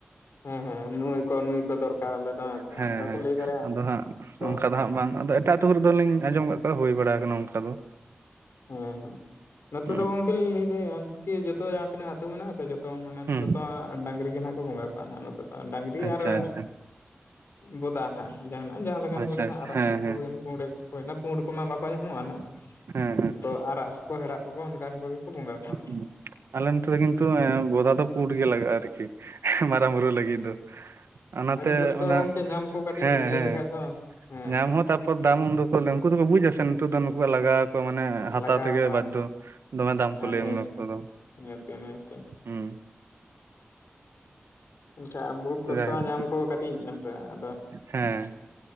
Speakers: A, on the left (about 85°); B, on the right (about 90°).
A: ᱦᱮᱸ ᱦᱮᱸ ᱱᱩᱭ ᱠᱚ ᱱᱩᱭ ᱠᱚ ᱫᱚᱨᱠᱟᱨ ᱟᱞᱮ ᱫᱚ ᱦᱮᱸᱥᱮ
B: ᱦᱮᱸ
A: ᱚᱱᱠᱟ
B: ᱦᱮᱸ
A: ᱠᱚ ᱞᱟᱹᱭ ᱫᱟᱲᱮᱭᱟᱜᱼᱟ
B: ᱟᱫᱚ ᱦᱟᱸᱜ
A: ᱛᱚ
B: ᱚᱱᱠᱟ ᱫᱚ ᱦᱟᱸᱜ ᱵᱟᱝ ᱟᱫᱚ ᱮᱴᱟᱜ᱾ ᱟᱛᱩ ᱠᱚᱨᱮ ᱫᱚᱞᱤᱧ ᱟᱸᱡᱚᱢ ᱠᱟᱜ ᱠᱚᱣᱟ ᱦᱩᱭ ᱵᱟᱲᱟ ᱠᱟᱱᱟ ᱚᱱᱠᱟ ᱫᱚ᱾
A: ᱦᱩᱸ ᱦᱩ ᱱᱚᱛᱮ
B: ᱦᱩᱸ
A: ᱫᱚ ᱜᱚᱝᱠᱮ ᱞᱟᱹᱭ ᱫᱟᱹ ᱠᱤ ᱡᱚᱛᱚ ᱡᱟᱸᱦᱟ ᱛᱤᱱᱟᱹᱜ ᱟᱛᱩ ᱢᱮᱱᱟᱜ-ᱟ ᱥᱮ ᱡᱚ ᱛᱚ ᱢᱟᱱᱮ ᱱᱚᱱᱛᱮ
B: ᱦᱩᱸ
A: ᱫᱚ ᱰᱟᱸᱝᱨᱤ ᱜᱮ ᱱᱷᱟᱜ ᱠᱚ ᱵᱚᱸᱜᱟ ᱠᱚᱣᱟ ᱱᱷᱟᱜ ᱱᱚᱛᱮ ᱫᱚ ᱰᱟᱸᱝᱨᱤ
B: ᱟᱪᱪᱷᱟ
A: ᱟᱨ᱾ ᱮᱸ
B: ᱟᱪᱪᱷᱟ
A: ᱵᱚᱫᱟ ᱱᱷᱟᱜ᱾ ᱡᱟᱸᱦᱟᱱᱟᱜ ᱡᱟᱸᱦᱟ ᱞᱮᱠᱟᱱ
B: ᱟᱪᱪᱷᱟ
A: ᱠᱚᱜᱮ ᱱᱷᱟᱜ
B: ᱟᱪᱪᱷᱟ
A: ᱟᱨᱟᱜ
B: ᱦᱮᱸ
A: ᱠᱚᱠᱚ
B: ᱦᱮᱸ
A: ᱦᱩᱭᱮᱱ ᱯᱩᱸᱲ ᱠᱚᱠᱚ ᱦᱩᱭᱱᱟ ᱯᱩᱸᱰ ᱠᱚᱢᱟ ᱵᱟᱠᱚ ᱧᱟᱢᱚᱜ-ᱟ ᱱᱷᱟᱜ᱾
B: ᱦᱮᱸ ᱦᱮᱸ᱾
A: ᱛᱚ ᱟᱨᱟᱜ ᱠᱚᱠᱚ ᱦᱮᱲᱟᱜ ᱠᱚᱠᱚ ᱚᱱᱠᱟᱱ ᱠᱚᱜᱮᱠᱚ ᱵᱚᱸᱜᱟ ᱠᱚᱣᱟ᱾ <unintelligible>
B: ᱦᱩᱸ᱾ ᱟᱞᱮ ᱱᱚᱛᱮ ᱫᱚ ᱠᱤᱱᱛᱩ ᱵᱚᱫᱟ ᱫᱚ ᱯᱩᱰ ᱜᱮ ᱞᱟᱜᱟᱜ-ᱟ ᱟᱨᱠᱤ ᱢᱟᱨᱟᱝ ᱵᱩᱨᱩ ᱞᱟᱹᱜᱤᱜ ᱫᱚ ᱾ ᱚᱱᱟᱛᱮ
A: ᱟᱹᱰᱤ ᱠᱚᱥᱴᱚᱜᱼᱟ
B: ᱚᱱᱟ
A: ᱜᱚᱝᱠᱮ ᱧᱟᱢ ᱠᱚ ᱠᱟᱹᱴᱤᱡ
B: ᱦᱮᱸ
A: ᱞᱟᱹᱭ
B: ᱦᱮᱸ
A: ᱞᱮᱠᱷᱟᱡ ᱫᱚ ᱦᱮᱸ
B: ᱧᱟᱢ ᱦᱚᱸ᱾ ᱛᱟᱯᱚᱨ ᱫᱟᱢ ᱦᱚ ᱩᱱ ᱫᱚᱠᱚ <unintelligible> ᱩᱱᱠᱩ ᱫᱚᱠᱚ ᱵᱩᱡᱽ-ᱟ ᱥᱮ ᱱᱤᱛᱚᱜ ᱫᱚ ᱱᱩᱠᱩᱣᱟᱜ ᱞᱟᱜᱟ ᱩᱱᱠᱚ ᱢᱟᱱᱮ ᱦᱟᱛᱟᱣ
A: ᱞᱟᱜᱟᱣ
B: ᱛᱮᱜᱮ
A: ᱠᱚᱣᱟ
B: ᱵᱟᱫᱽᱫᱷᱚ ᱫᱚᱢᱮ ᱫᱟᱢ
A: ᱦᱮᱸ
B: ᱠᱚ ᱞᱟᱹᱭᱟ
A: ᱱᱤᱭᱟᱹᱛᱤ
B: ᱩᱱ ᱚᱠᱛᱚ ᱫᱚ ᱾
A: <unintelligible>
B: ᱦᱩᱸ᱾
A: ᱚᱱᱠᱟ ᱟᱨ ᱵᱩᱦᱩᱛ ᱠᱚᱥᱴᱚ
B: ᱡᱟᱭᱦᱳᱠ
A: ᱦᱟᱜ ᱧᱟᱢ ᱠᱩ ᱠᱟᱹᱴᱤᱡ ᱦᱮᱸᱥᱮ ᱟᱫᱚ᱾
B: ᱦᱮᱸ᱾